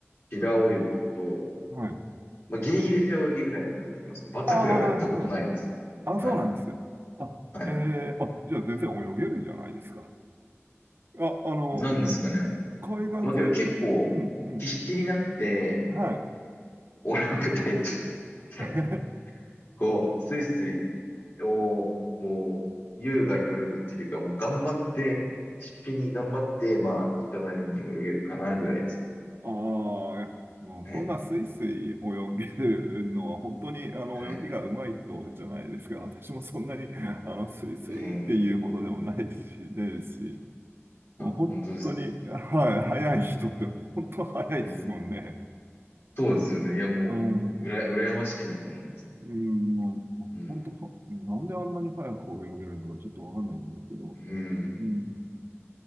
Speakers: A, on the left (about 55°); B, on the right (about 50°).
A: 平泳ぎと、
B: はい。
A: まあ、ギリギリ背泳ぎぐらいまでできますね。バタフライはやったことないです。
B: ああ、そうなんですね。あ、そうなんです。
A: はい。
B: あ、
A: はい。
B: えー、あ、じゃあ全然泳げるじゃないですか。あ、あの、
A: なんですかね。
B: 海岸沿いに、
A: まあ、けど結構、
B: うん、うん、
A: 必死になって、
B: はい。
A: 泳ぐタイプです。<laughs>
B: <laughs>
A: こう、スイスイを、こう、優雅に泳ぐっていうよりか、もう頑張って、必死に頑張って、まあ、人並みに泳げるかなぐらいです。
B: ああ、いやもうそんなスイスイ泳げるのは本当にあの泳ぎが上手い人じゃないですか。
A: はい。はい。
B: 私もそんなにあのスイスイっていうほどでもないし、
A: うーん。
B: ですし、もう本当に、
A: あ、本当ですか。
B: はい、速い人って本当速いですもんね。
A: うんそうですよね。いや、もう、
B: うん、
A: うら、羨ましいなと思うんです。
B: うん、もう本当は、
A: うん。
B: なんであんなに速く泳げるのかちょっとわかんないんですけど、
A: うん。
B: うん、